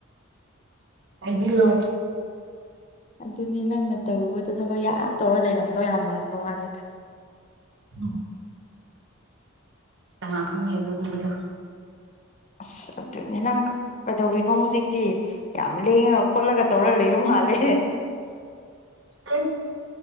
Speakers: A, on the right; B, on the left.
A: ꯍꯥꯏꯖꯤꯂꯣ
B: ꯑꯗꯨꯅꯤ ꯅꯪꯅ ꯇꯧꯕꯗꯣ ꯊꯕꯛ ꯌꯥꯝ ꯇꯧꯔ ꯂꯩꯔꯝꯗꯣ ꯌꯥꯝ ꯃꯥꯟꯕ ꯋꯥꯅꯦꯗ
A: ꯑ ꯇ ꯈꯪꯉꯦ ꯑꯗꯨꯒꯨꯝꯕꯗꯣ
B: ꯑꯁ ꯑꯗꯨꯅꯤ ꯅꯪ ꯀꯩꯗꯧꯔꯤꯅꯣ ꯍꯧꯖꯤꯛꯇꯤ ꯌꯥꯝ ꯂꯦꯡꯉꯒ ꯈꯣꯠꯂꯒ ꯇꯧꯔ ꯂꯩꯕ ꯃꯥꯂꯦ
A: ꯗꯥ